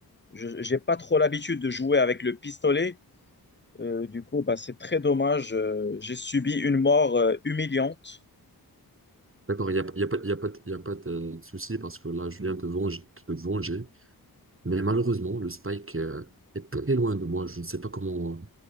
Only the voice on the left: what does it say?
Je n'ai pas trop l'habitude de jouer avec le pistolet. Euh, du coup, bah, c'est très dommage. Euh, j'ai subi une mort euh, humiliante.